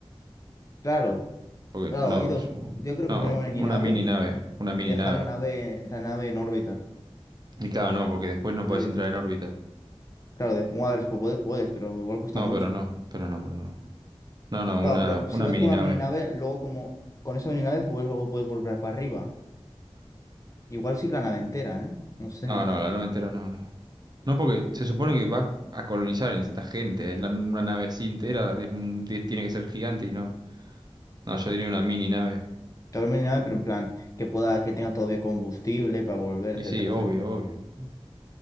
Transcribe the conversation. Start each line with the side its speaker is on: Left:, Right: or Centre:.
Left: Claro,
Right: porque
Left: claro,
Right: no,
Left: ha ido.
Right: es un-
Left: Yo creo
Right: no,
Left: que se van a ir
Right: una
Left: en nave
Right: mini nave, una mini
Left: y dejar
Right: nave.
Left: la nave, la nave en órbita,
Right: Y claro, no, porque después
Left: un
Right: no
Left: satélite.
Right: podés entrar en órbita.
Left: Claro, de bueno, a ver, por poder puedes, pero igual cuesta
Right: No,
Left: mucho.
Right: pero no, pero no, pero no. No, no,
Left: Claro,
Right: una,
Left: pero si
Right: una
Left: vas
Right: mini
Left: con una
Right: nave.
Left: mini nave, luego como con esa mini nave, pues luego puedes volver para arriba. Igual sí que la nave entera, ¿eh? No sé.
Right: No, no, la nave entera no, no. No, porque se supone que vas a colonizar, necesitas gente. En la- una nave así entera es, un- de- tiene que ser gigante y no. No, yo diría una mini nave.
Left: Claro, mini nave, pero en plan, que pueda, que tenga todavía combustible para volver,
Right: Y
Left: etcétera,
Right: sí, obvio,
Left: etcétera.
Right: obvio.